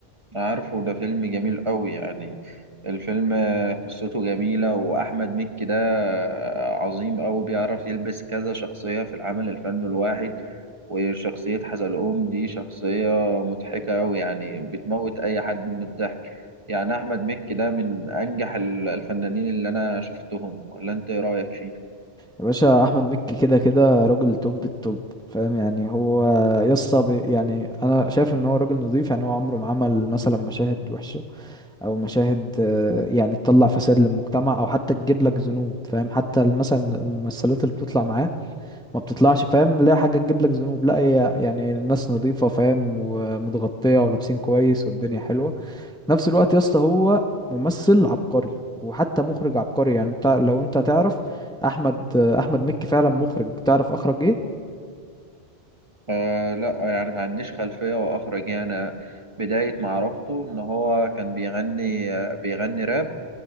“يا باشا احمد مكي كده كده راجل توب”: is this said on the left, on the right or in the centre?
Centre